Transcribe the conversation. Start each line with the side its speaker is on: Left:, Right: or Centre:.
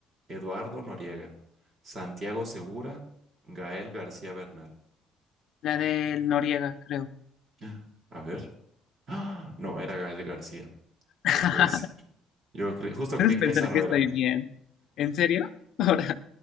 Right: Eduardo Noriega, Santiago Segura, Gael García Bernal.
Left: la del Noriega, creo.
Right: <gasps> Ah. A ver. <gasps> ¡Ah! No, era Gael García.
Left: <laughs>
Right: No puede ser. Yo cre- justo
Left: Puedes
Right: creí que
Left: pensar
Right: esa no
Left: que estoy
Right: era.
Left: bien. ¿En serio? <laughs> Ahora,